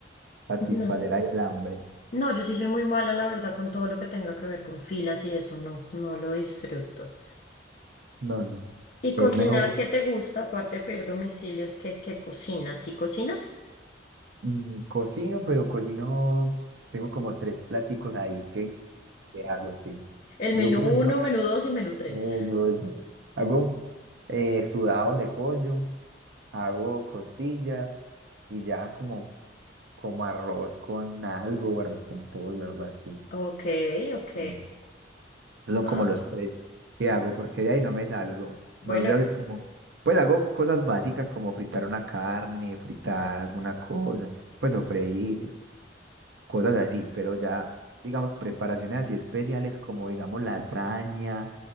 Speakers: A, on the right (about 65°); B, on the left (about 45°).
A: satisfacer
B: no.
A: ahí el hambre.
B: No, yo sí soy muy mala, la verdad, con todo lo que tenga que ver con filas y eso, no, no lo disfruto.
A: No, no.
B: ¿Y cocinar
A: Es mejor
B: qué te gusta? Aparte de pedir domicilios, ¿qué, qué cocinas? ¿Sí cocinas?
A: Mm, Cocino, pero cocino, tengo como tres pláticos ahí que, que hago así.
B: El
A: Yo,
B: menú
A: por
B: uno,
A: ejemplo,
B: menú dos y menú tres.
A: eh, yo eso, hago eh, sudados de pollo, hago costillas y ya como, como arroz con algo, o arroz con pollo, algo así.
B: Ok, ok.
A: Mm. Son
B: Ah,
A: como los tres que hago porque de ahí no me salgo.
B: bueno,
A: No sé hacer como, pues hago cosas básicas como fritar una carne, fritar alguna cosa, pues o freír. cosas así, pero ya, digamos, preparaciones así especiales como, digamos, lasaña